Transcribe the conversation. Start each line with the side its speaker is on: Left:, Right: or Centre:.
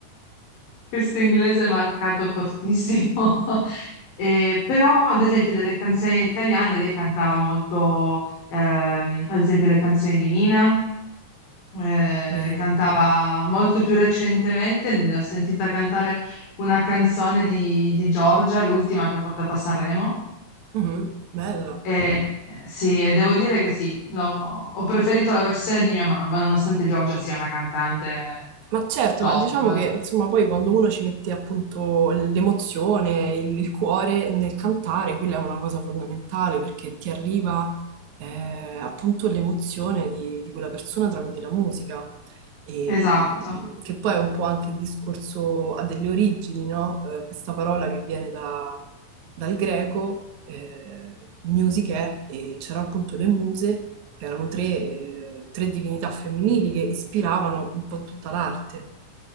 Left: Questo inglese è marcato fortissimo. <laughs> Eh, però, ad esempio, delle canzoni italiane lei cantava molto, ehm, ad esempio, le canzoni di Mina, eh,
Right: Mina,
Left: cantava
Right: bella.
Left: molto più recentemente, ne ho sentita cantare una canzone di, di Giorgia, l'ultima che ha portato a Sanremo.
Right: Mhm, Bella.
Left: Eh, sì, e devo dire che sì, l'ho- ho preferito la versione di mia mamma, nonostante Giorgia sia una cantante
Right: Ma certo,
Left: top.
Right: ma diciamo che insomma poi quando uno ci mette appunto l'emozione, il, il cuore nel cantare, quella è una cosa fondamentale perché ti arriva eh, appunto l'emozione di, di quella persona tramite la musica, e,
Left: Esatto,
Right: mh, che poi è un po' anche il discorso ha delle origini, no? Eh, questa parola che viene da, dal greco, eh, musiche, e c'erano appunto le muse, che erano tre, eh, tre divinità femminili che ispiravano un po' tutta l'arte.